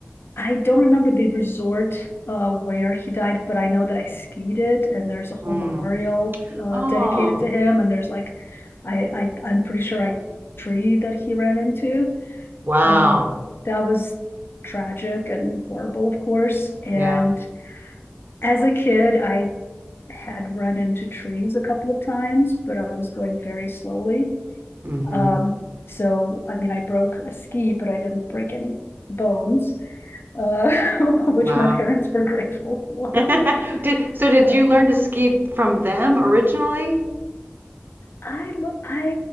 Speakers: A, on the left; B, on the right.
A: I don't remember the resort uh, where he died, but I know that I skied it, and there's a whole
B: Mm.
A: memorial uh,
B: Oh,
A: dedicated to him. And there's like, I, I I'm pretty sure I tree that he ran into.
B: wow.
A: Um, that was tragic and horrible, of course. And
B: Yeah.
A: as a kid, I had run into trees a couple of times, but I was going very slowly.
B: Mm-hmm.
A: Um, so I mean, I broke a ski, but I didn't break any bones uh, <laughs> which
B: Wow.
A: my parents were grateful for.
B: <laughs> Did so did
A: Uh,
B: you learn to ski from them originally?
A: I, I,